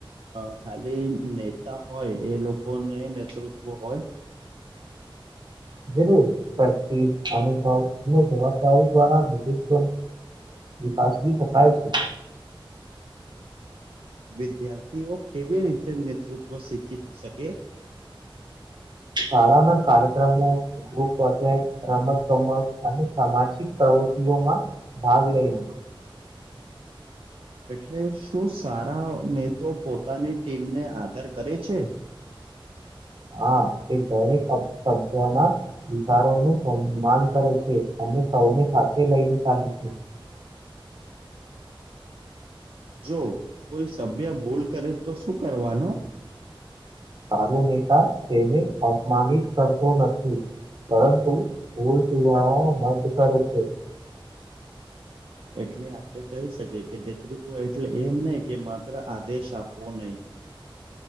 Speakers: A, on the right; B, on the right.
A: અ ખાલી નેતા હોય એ લોકોને નેતૃત્વ હોય
B: જર અનુભવ અને જવાબદારી દ્વારા તવ વપાસ શકાય છે
A: <unintelligible> વિદ્યાર્થીઓ કેવી રીતે નેતૃત્વ શીખી શકે
B: શાળા ના કાર્યક્રમો ગજે રમત ગમત અને સામાજિક પ્રવૃ માં ભાગ લઈ લ
A: એટલે શું સારા નેતો પોતાની ટીમને આદર કરે છે <inaudible>
B: હા તે દરેક સભ્યના વિચારો નું સન્માન કરે છે અને સૌને સાથે લઈ ને ચાલુ છે
A: <inaudible> જો કોઈ સભ્ય ભૂલ કરે તો શું કરવાનો
B: ચાલુ નેતા તેને અપમાનિત કરતો નથી. પરંતુ ભૂલ સુજ મધ કરે છે.
A: એટલે આપણે કહી શકીએ કે નેતૃત્વ એટલે એમ નહી કે માત્ર આદેશ આપવો નહી.